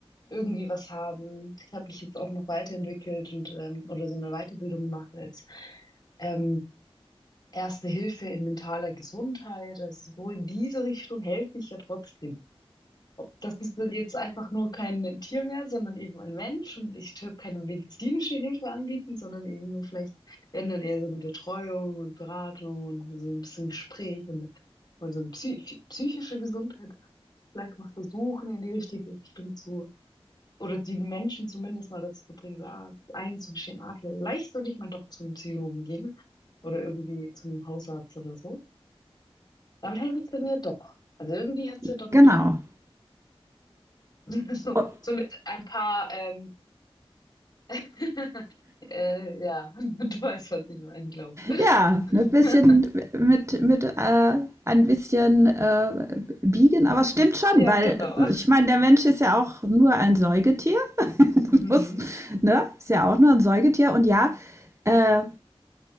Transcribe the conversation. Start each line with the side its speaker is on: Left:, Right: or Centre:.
Left: irgendwie was haben, ich habe mich jetzt auch noch weiterentwickelt und ähm, oder so eine Weiterbildung gemacht als ähm, Erste Hilfe in mentaler Gesundheit. Also so in diese Richtung helfe ich ja trotzdem. Das ist dann jetzt einfach nur kein Tier mehr, sondern eben ein Mensch. Und ich tue keine medizinische Hilfe anbieten, sondern eben nur vielleicht, wenn dann eher so eine Betreuung und Beratung und so ein bisschen Gespräch und, und so eine psy psychische Gesundheit. Vielleicht mal versuchen, in die richtige Richtung zu, oder die Menschen zumindest mal dazu zu bringen, so, ah, einzugestehen, ah, vielleicht sollte ich mal doch zu einem Psychologen gehen oder irgendwie zum Hausarzt oder so. Damit helfe ich dann ja doch. Also irgendwie hat es
Right: <laughs>
Left: ja dann
Right: genau.
Left: doch <laughs> So,
Right: Und
Left: so mit ein paar, ähm, <laughs> äh, ja, <laughs> du weißt, was ich meine, glaube ich.
Right: Ja,
Left: <laughs>
Right: ein bisschen mit, mit äh, ein bisschen äh, biegen, aber stimmt schon,
Left: Ja,
Right: weil
Left: genau.
Right: ich meine, der Mensch ist ja auch nur ein Säugetier.
Left: Mhm.
Right: <laughs> ne? Ist ja auch nur ein Säugetier. Und ja, äh,